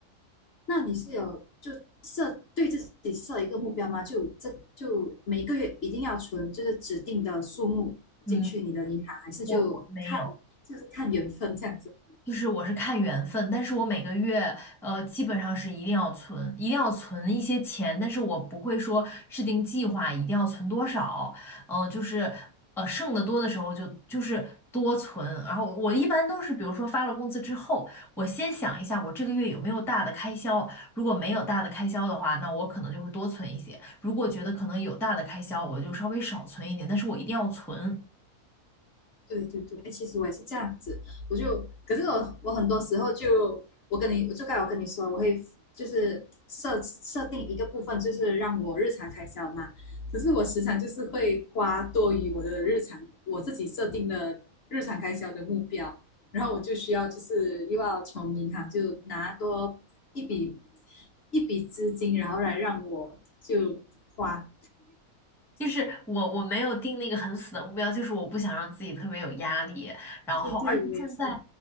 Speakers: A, on the left; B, in the centre.
A: 那你是有就设对自己设一个目标吗？就这就每个月一定要存就是指定的数目进去你的银行，
B: 嗯，
A: 还是就看就是看缘分这样子？
B: 我我没有。就是我是看缘分，但是我每个月呃基本上是一定要存，一定要存一些钱，但是我不会说制定计划一定要存多少，嗯、就是呃剩的多的时候就就是多存，然后我一般都是比如说发了工资之后，我先想一下我这个月有没有大的开销，如果没有大的开销的话，那我可能就会多存一些，如果觉得可能有大的开销，我就稍微少存一点，但是我一定要存。
A: 对对对，哎，其实我也是这样子，我就，可是我我很多时候就，我跟你，我就刚才我跟你说，我会就是设设定一个部分，就是让我日常开销嘛。可是我时常就是会花多于我的日常，我自己设定的日常开销的目标，然后我就需要就是又要从银行就拿多一笔一笔资金，然后来让我就花。
B: 就是我我没有定那个很死的目标，就是我不想让自己特别有压力。然后，
A: 对对，
B: 而且现在
A: 我也是。